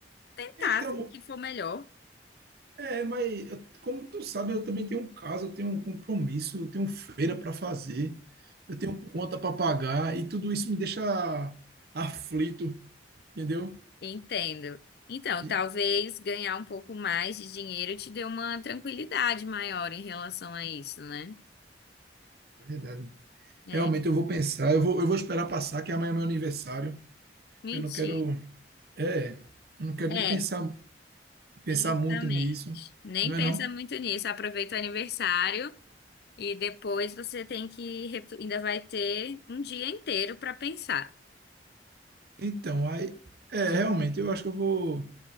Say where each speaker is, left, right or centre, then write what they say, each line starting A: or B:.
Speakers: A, on the left; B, on the right.
A: tentar
B: Então,
A: o que for melhor.
B: é, mas eu- como tu sabe, eu também tenho um caso, eu tenho um compromisso, eu tenho feira para fazer, eu tenho conta para pagar e tudo isso me deixa aflito, entendeu?
A: Entendo. Então,
B: E,
A: talvez ganhar um pouco mais de dinheiro te dê uma tranquilidade maior em relação a isso, né?
B: é verdade.
A: É,
B: Realmente eu vou pensar, eu vou, eu vou esperar passar, que amanhã é meu aniversário.
A: mentira.
B: Eu não quero, é, eu não quero
A: É,
B: nem pensar pensar
A: justamente.
B: muito nisso,
A: Nem
B: não é
A: pensa
B: não?
A: muito nisso. Aproveita o aniversário e depois você tem que ref- ainda vai ter um dia inteiro para pensar.
B: Então, aí, é, realmente, eu acho que eu vou,